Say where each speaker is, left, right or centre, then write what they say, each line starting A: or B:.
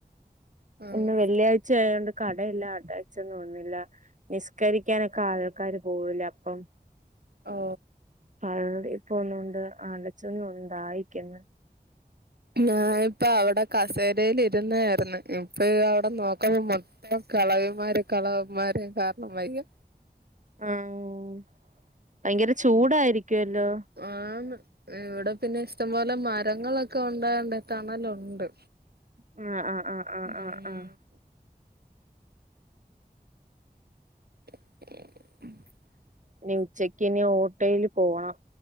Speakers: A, on the right; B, on the right.
A: ആഹ്
B: ഇന്ന് വെള്ളിയാഴ് ച്ചായോണ്ട് കടെയെല്ലാം അടചന്നും തോന്നുന്നില്ല. നിസ്കരിക്കാനൊക്കെ ആൾക്കാര് പോവൂലെ അപ്പം.
A: ഓ
B: പ ഇപ്പൊന്നുകൊണ്ട് അലച്ചൊഞ് ദാഹിക്ന്ന്.
A: ഞാനിപ്പോ അവിടെ കസേരയിലിരുന്നായിരുന്നു ഇപ്പൊ അവിടെ നോക്ണ മൊത്തം കെളവിന്മാര് കളവന്മാര് കാരണം വയ്യ.
B: ആഹ് ഭയങ്കര ചൂടായിരിക്കും അല്ലോ
A: ആന്ന് ഇവിടെ പിന്നെ ഇഷ്ടംപോലെ മരങ്ങളൊക്കെ ഉണ്ടായോണ്ട് തണലുണ്ട്
B: ആ ആ ആ
A: ഉം
B: ആ ആഹ്
A: <inaudible>
B: ഇനി ഉച്ചക്കിനി ഓട്ടോയില് പോവണം